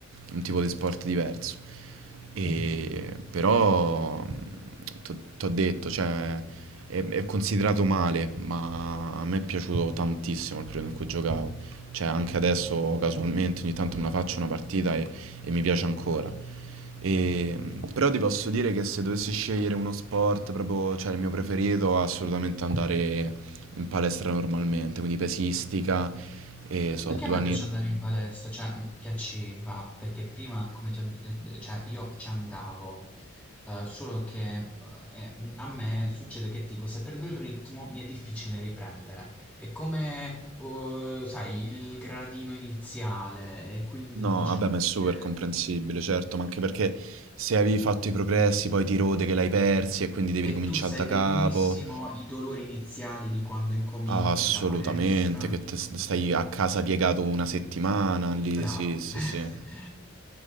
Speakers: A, on the right; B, in the centre.
A: un tipo di sport diverso. E
B: Mh.
A: però ti ho detto, cioè è, è considerato male, ma a me è piaciuto tantissimo il periodo in cui giocavo. Cioè anche adesso casualmente ogni tanto me la faccio una partita e e mi piace ancora. E, però ti posso dire che se dovessi scegliere uno sport proprio, cioè il mio preferito, assolutamente andare in palestra normalmente, quindi pesistica, e so,
B: Anche
A: due
B: a me
A: anni...
B: piace andare in palestra, cioè, mhmm, piaceva perché prima come ti ho d ehm, d cioè io ci andavo, uhm, solo che, uhm, ehm, a me succede che tipo se perdo il ritmo mi è difficile riprendere. È come, uhm, sai il gradino iniziale e quindi
A: No,
B: diciamo
A: vabbè, ma è super
B: che
A: comprensibile, certo, ma anche perché se avevi fatto i progressi poi ti rode che l'hai persi e quindi devi
B: E
A: ricominciare
B: tu sai
A: da capo.
B: benissimo i dolori iniziali di quando incominci
A: Assolutamente,
B: la palestra.
A: che te s- stai a casa piegato una settimana lì,
B: Bravo.
A: sì,
B: <laughs>
A: sì, sì,